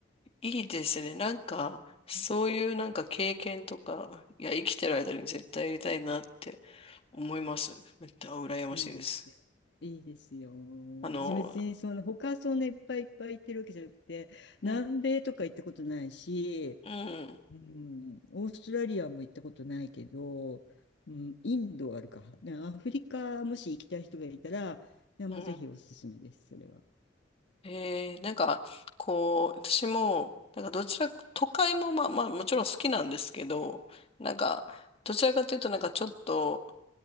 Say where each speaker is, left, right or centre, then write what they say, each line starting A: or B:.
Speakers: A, on the left; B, on the left.
A: いいですね。なんか、そういうなんか経験とか、
B: ね
A: いや、生きてる間に絶対やりたいなって
B: うん
A: 思います。めっちゃ羨ましいです。
B: いいですよ。いいですよ。
A: あの、
B: 私別にその他そんないっぱいいっぱい行ってるわけじゃなくて、南米とか行ったことないし、
A: うん、うん、
B: うん、オーストラリアも行ったことないけど、うん、インドはあるか。ねアフリカもし行きたい人がいたら、いやもうぜひおすすめです、
A: うん。
B: それは。
A: えー、なんか、こう、私も、なんかどちら、都会もまあまあもちろん好きなんですけど、なんか、どちらかというとなんかちょっと、